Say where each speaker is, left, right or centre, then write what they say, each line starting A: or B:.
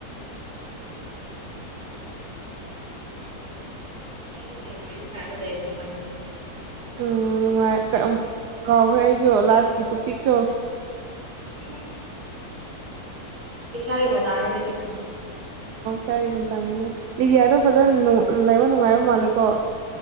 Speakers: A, on the right; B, on the right.
A: ꯑꯥꯏꯦ ꯀꯩ ꯋꯥ ꯁꯒꯗꯏ ꯉꯏꯕꯅꯤ
B: ꯎ ꯅꯨꯡꯉꯥꯏ ꯀ ꯀꯥꯎꯈ꯭ꯔꯦ ꯑꯩꯁꯨ ꯂꯥꯁꯀꯤ ꯇꯣꯄꯤꯛꯇꯣ
A: ꯎ ꯀ ꯁꯥꯔꯒꯤꯃ ꯇꯅꯦ ꯂꯩꯒꯖ
B: ꯆꯒꯨ ꯇꯥꯡꯒꯅꯤ ꯅꯤꯗꯤꯌꯥꯗꯣ ꯐꯖꯅ ꯂꯩꯕ ꯅꯨꯡꯉꯥꯏꯕ ꯃꯥꯜꯂꯦꯀꯣ